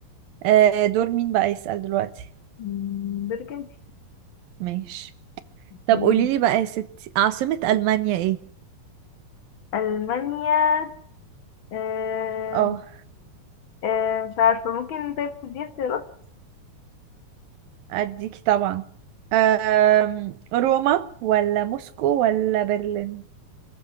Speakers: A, on the right (about 80°); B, on the left (about 60°).
A: آه دور مين بقى يسأل دلوقتي
B: مم. بالك انت
A: ماشي طب
B: إيه.
A: قولي لي بقى يا ستي عاصمه المانيا ايه
B: ألمانيا آه،
A: اه
B: آه، مش عارفة ممكن طيب تديني اختيارات
A: اديكي طبعا أم... روما ولا موسكو ولا برلين